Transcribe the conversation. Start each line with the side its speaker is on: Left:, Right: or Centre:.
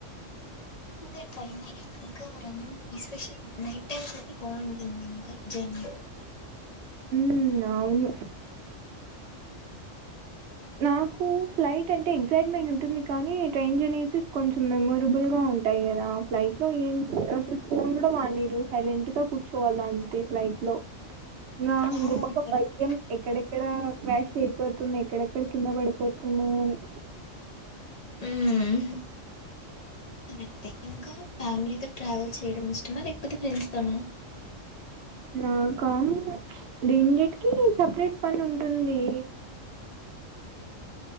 Left: తే ట్రైనే ఇంకా ముంద్ ఎస్పెషల్ నైట్ టైమ్స్ అయితే బాగుంటుంది ఇంకా జర్నీ.
Right: ఉ అవును. నాకు ఫ్లైట్ అంటే ఎగ్సైట్మెంట్ ఉంటుంది కానీ ట్రైన్ జర్నీస్ కొంచెం మెమొరబుల్ గా ఉంటాయి కదా ఫ్లైట్ లో ఏం అసలు ఫోన్ కూడా వాడ్నీరు సైలెంట్ గా కూర్చోవాల అంతే ఫ్లైట్ లో. నా
Left: ఆ
Right: ఇంకొ పక్క
Left: కరెక్ట్
Right: భయ్యం ఎక్కడెక్కడా వాయిస్ ఐ పోతుంది నీద్ ఎక్కడెక్కడ కింద పడిపోతున్నా అని
Left: హ్మ హు ఇంకా ఫ్యామిలీతో ట్రావెల్ చేయడం ఇష్టమా లేకపోతే ఫ్రెండ్స్ తోన.
Right: నాకా ప్చ్ రెండిటికీ సపరేట్ పని ఉంటుందీ.